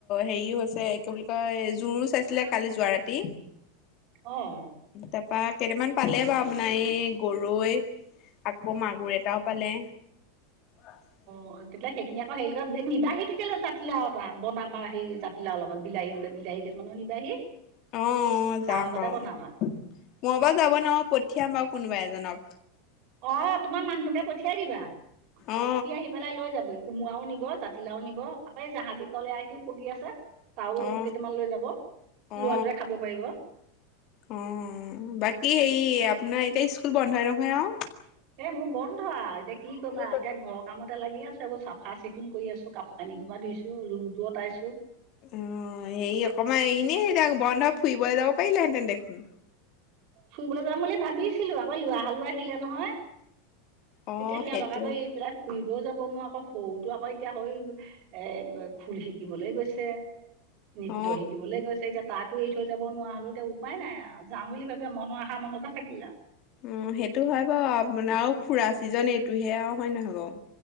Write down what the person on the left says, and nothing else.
হেৰি হৈছে কি বুলি কয় জোৰো চাইছিলে কালি যোৱা ৰাতি
তাপা কেইটামান পালে বাও আপোনাৰ এই গৰৈ আকৌ মাগুৰ এটাও পালে <inaudible>
অ
যাম
বাও
মই বাও যাব নোৱাৰো পঠিয়াম বাও কোনোবা এজনক
অ
অ অ
অ
অ বাকী হেৰি আপোনাৰ এতিয়া স্কুল বন্ধ নহয় আও
কৰিম
অ হেৰি অকমান এনেই সেই বন্ধ ফুৰিবলে যাব পাৰিলেহেঁতেন দেখোন
অ
সেইটো
অ
উম সেইটো হয় বাৰু আপোনাৰ আৰু ফুৰা ছিজন এইটোহে আও হয় নহয় বাও